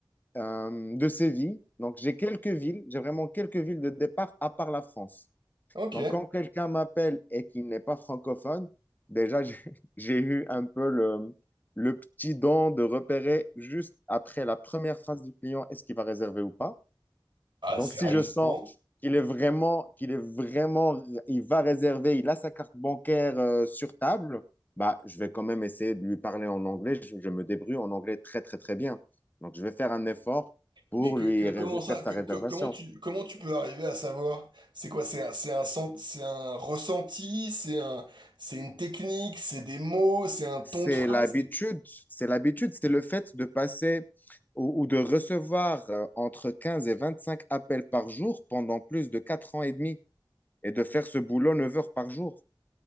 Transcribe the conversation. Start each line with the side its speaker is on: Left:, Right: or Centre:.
Left: euh, de Séville. Donc, j'ai quelques villes, j'ai vraiment quelques villes de départ à part la France.
Right: Ok.
Left: Donc, quand quelqu'un m'appelle et qu'il n'est pas francophone, déjà, j'ai <laughs> j'ai eu un peu le, le petit don de repérer juste après la première phrase du client, est-ce qu'il va réserver ou pas.
Right: Ah,
Left: Donc,
Right: sérieusement?
Left: si je sens qu'il est vraiment, qu'il est vraiment, il va réserver, il a sa carte bancaire euh, sur table, bah, je vais quand même essayer de lui parler en anglais. Je, je me débrouille en anglais très, très, très bien. Donc, je vais faire un effort pour
Right: Mais que,
Left: lui
Right: que- comment
Left: rés-
Right: ça?
Left: faire sa
Right: que-
Left: réservation.
Right: que- comment tu, comment tu peux arriver à savoir? C'est quoi? C'est un, c'est un, sen- c'est un ressenti? C'est un, c'est une technique? C'est des mots? C'est un ton
Left: c'est
Right: de phrase?
Left: l'habitude,
Right: c'est-
Left: c'est l'habitude, c'est le fait de passer ou, ou de recevoir euh, entre 15 et 25 appels par jour pendant plus de 4 ans et demi et de faire ce boulot 9 heures par jour.